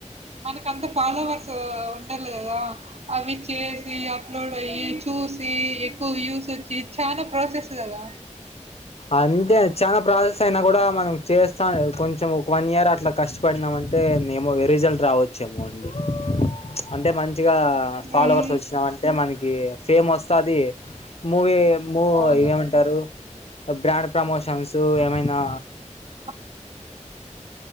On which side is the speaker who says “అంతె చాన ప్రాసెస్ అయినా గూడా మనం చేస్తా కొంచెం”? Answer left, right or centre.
Left